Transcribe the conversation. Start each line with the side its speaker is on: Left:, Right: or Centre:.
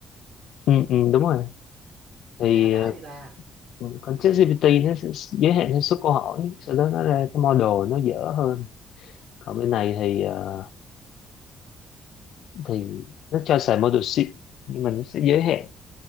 Left: ừ, ừ, đúng rồi thì
Right: à đã gì ta
Left: ờ, con ChatGPT nó sẽ giới hạn theo số câu hỏi sau đó nó ra cái model nó dở hơn còn bên này thì ờ, thì nó cho xài model sheet nhưng mà nó sẽ giới hạn